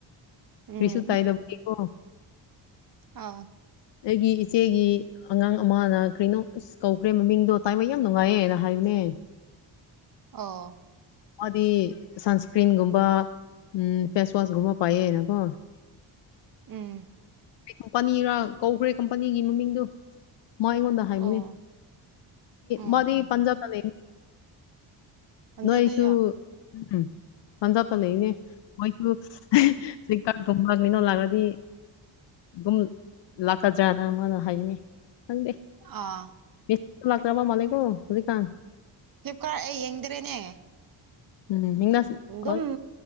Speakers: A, on the right; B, on the left.
A: ꯎꯝ
B: ꯔꯤꯁꯨ ꯇꯥꯏꯗꯕꯒꯤꯀꯣ
A: ꯑꯥ
B: ꯑꯩꯒꯤ ꯏꯆꯦꯒꯤ ꯑꯉꯥꯡ ꯑꯃꯅ ꯀꯔꯤꯩꯅꯣ ꯑꯁ ꯀꯧꯈ꯭ꯔꯦ ꯃꯃꯤꯡꯗꯣ ꯇꯥꯏꯕ ꯌꯥꯝ ꯅꯨꯡꯉꯥꯏꯌꯦꯅ ꯍꯥꯏꯕꯅꯦ
A: ꯑ
B: ꯑꯃꯗꯤ ꯁꯟꯁꯀ꯭ꯔꯤꯟꯒꯨꯝꯕ ꯎꯝ ꯐꯦꯁ ꯋꯥꯁꯒꯨꯝꯃ ꯄꯥꯏ ꯍꯥꯏꯅ ꯀꯣ
A: ꯎꯝ
B: ꯀꯝꯄꯅꯤꯔꯥꯜ ꯀꯧꯈ꯭ꯔꯦ ꯀꯝꯄꯅꯤꯒꯤ ꯃꯃꯤꯡꯗꯣ ꯃ ꯑꯩꯉꯣꯟꯗ ꯍꯥꯢꯕꯅꯦ
A: ꯑꯣ ꯎꯝ
B: ꯃꯗꯤ
A: ꯎꯝ
B: ꯕꯥꯟꯖꯥꯞꯇ ꯂꯩꯕꯅꯦ
A: ꯄꯟꯖꯥꯇꯌꯥ
B: ꯅꯣꯏꯁꯨ ꯎꯝ ꯄꯟꯖꯥꯞꯇ ꯂꯩꯕꯅꯦ ꯃꯣꯏꯁꯨ ꯐ ꯀꯥ <unintelligible> ꯐꯨꯝꯂꯛꯅꯤꯅꯣ ꯂꯥꯛꯑꯒꯗꯤ ꯑꯗꯨꯝ ꯂꯥꯛꯀꯗ꯭ꯔꯅ ꯃꯥꯅ ꯍꯥꯏꯕꯅꯤ ꯈꯪꯗꯦ
A: ꯑꯥ
B: ꯃꯦꯁ ꯂꯥꯛꯇ꯭ꯔꯕ ꯃꯥꯜꯂꯦꯒꯣ ꯍꯧꯖꯤꯛꯀꯥꯟ
A: ꯐ꯭ꯂꯤꯞꯀꯥꯔꯠ ꯑꯩ ꯌꯦꯡꯗ꯭ꯔꯦꯅꯦ
B: ꯎꯝ ꯃꯤꯡꯅꯥꯁ
A: ꯗꯨꯝ
B: ꯍꯣꯏ